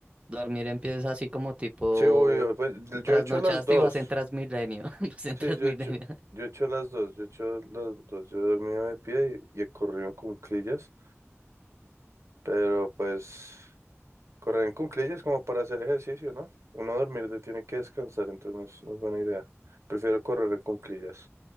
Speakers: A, on the right; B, on the right.
A: Dormir empieza así como tipo
B: Sí, obvio. Pues yo
A: trasnochaste
B: he hecho las dos.
A: y vas en Transmilenio, <laughs> vas en
B: Sí,
A: Transmilenio.
B: yo he hecho, yo he hecho las dos. Yo he hecho las dos. Yo he dormido de pie y, y he corrido en cuclillas. Pero pues correr en cuclillas como para hacer ejercicio, ¿no? Uno dormir de- tiene que descansar, entonces no es, no es buena idea. Prefiero correr en cuclillas.